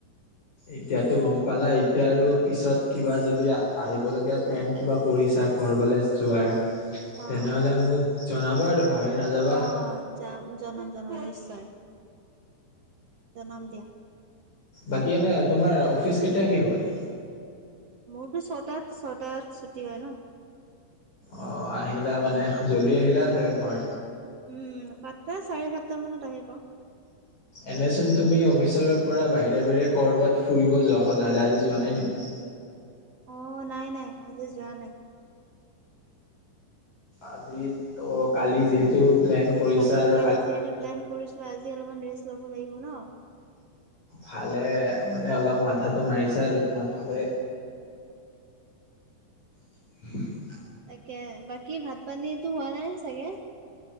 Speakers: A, on the left (about 40°); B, on the right (about 70°).
A: এতিয়াতো গম পালা এতিয়া আৰু পিছত কিবা যদি আহিবলগীয়া প্লেন কিবা কৰিছা ক'ৰবালৈ যোৱাৰ তেনেহ'লে
B: আহ আহ
A: মোক জনাবা আৰু পাহৰি নাযাবা
B: আহ আহ যাম জনাম জনাম নিশ্চয় জনাম দিয়া
A: বাকী এনেই তোমাৰ অফিচ কেতিয়া শেষ হল
B: মোৰতো ছটাত ছটাত ছুটী হয় ন
A: অ আহিলা মানে জল্দি আহিলে চাগে ঘৰ
B: উম উম সাতটা চাৰি সাতটা মানত আহি পাও
A: এনেচোন তুমি অফিচৰ পৰা বাহিৰে বাহিৰে ক'ৰবাত ফুৰিব যোৱা সদায় সদায় আজি যোৱা নাই নেকি
B: আহ নাই নাই আজি যোৱা নাই
A: আজি অ কালি যিহেতু প্লেন কৰিছা
B: কালি
A: আৰু
B: কালি যিহেতু প্লেন কৰিছো আজি অলপমান ৰে কৰিব লাগিব ন
A: ভালে মানে অলপ মাথাতো মাৰিছে আৰু তোমাৰ ভালে <inaudible>
B: তাকে বাকী ভাত পানী তো হোৱা নাই চাগে